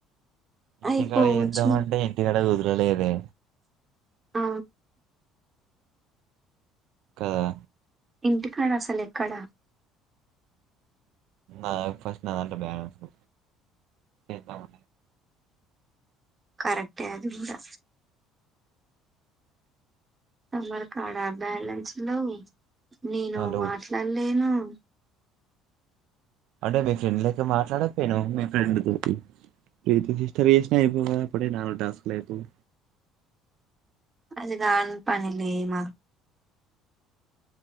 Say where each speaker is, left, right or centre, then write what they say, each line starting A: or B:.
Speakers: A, on the right; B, on the right.
A: ఇంటికాడ
B: అయిపోవచ్చు
A: చేద్దామంటే ఇంటికాడ కుదుర్ టారెరే
B: ఆ
A: కాదా
B: ఇంటికాడ అసలు ఎక్కడ
A: ఆ ఫస్ట్ దాంట్లో బ్యాలన్సు యెతావా
B: కరెక్టే అది కూడా తమరా కాడా బ్యాలెన్స్ లో నేను
A: హలో
B: మాట్లాలేను అ
A: అంటే మీ ఫ్రెండ్ లెక్క మాట్లాడపోయానావ మీ ఫ్రెండ్ తోటి ప్రీతి సిస్టర్ చేసినా అయిపోవా అప్పుడే నాలుగు టాస్కులు అయిపోవ్
B: అది దాని పని లే మా